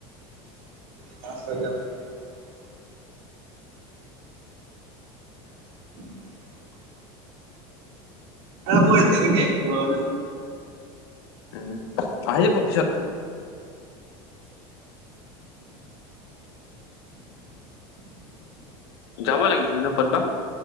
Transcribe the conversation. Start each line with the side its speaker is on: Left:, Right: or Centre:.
Right: <unintelligible> <inaudible> <unintelligible>
Left: উম, আহি যাব পিছত। যাব লাগিছিলে ন' ক'তবা।